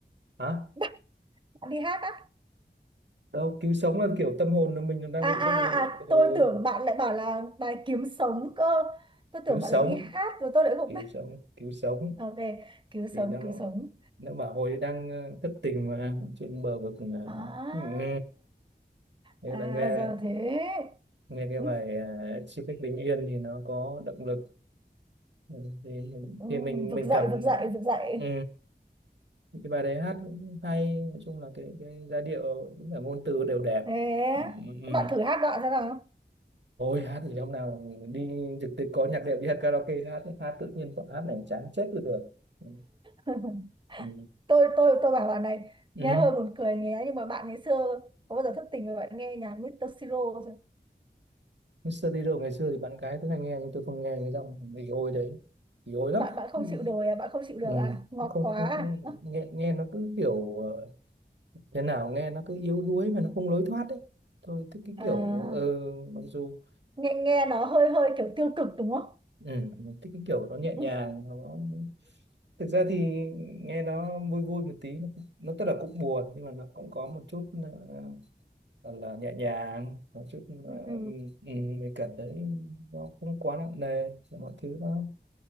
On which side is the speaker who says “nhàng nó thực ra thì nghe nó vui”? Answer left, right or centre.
Right